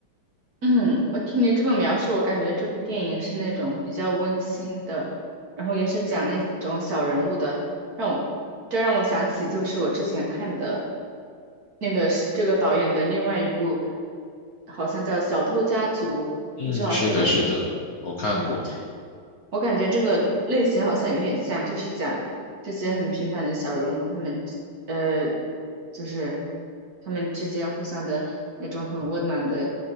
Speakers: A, on the right (about 50°); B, on the left (about 55°).
A: 嗯，我听你这么描述，我感觉这部电影是那种比较温馨的，然后也是讲那种小人物的，让我这让我想起就是我之前看的那个是这个导演的另外一部，好像叫《小偷家族》，
B: 嗯，
A: 不知道这个你，
B: 是的，是的，我看过。
A: 嗯，我感觉这个类型好像有点像，就是讲这些很平凡的小人物，他们呃，就是他们之间互相的那种很温暖的